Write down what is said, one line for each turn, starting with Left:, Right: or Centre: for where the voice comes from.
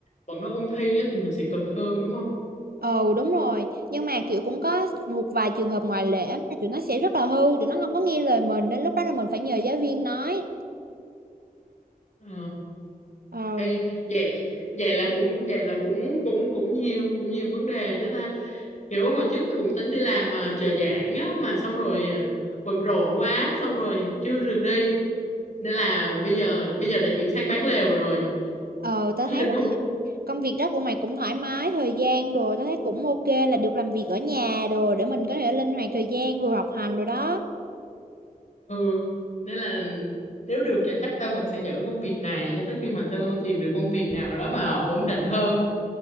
Left: bọn nó ôn thi á thì mình sẽ cực hơn đúng không?
Right: Ồ đúng rồi, nhưng mà kiểu cũng có một vài trường hợp ngoại lệ á, là tụi nó sẽ rất là hư, tụi nó không có nghe lời mình nên lúc đó là mình phải nhờ giáo viên nói.
Left: Ờ.
Right: Ờ,
Left: Ê, vậy vậy là cũng vậy là cũng cũng cũng nhiều cũng nhiều vấn đề chứ ta kiểu hồi trước tôi cũng tính đi làm mà trợ giảng á mà xong rồi à, bận rộn quá xong rồi chưa được đi nên là bây giờ bây giờ đã chuyển sang bán lều rồi
Right: ờ,
Left: <laughs>
Right: tao
Left: nên
Right: thấy
Left: cũng
Right: công việc đó của mày cũng thoải mái thời gian đồ tao thấy cũng ok là được làm việc ở nhà đồ để mình có thể linh hoạt thời gian vừa học hành rồi đó
Left: ừ nên là nếu được thì chắc tao vẫn sẽ giữ công việc này cho tới khi mà tao tìm được công việc nào đó mà ổn định hơn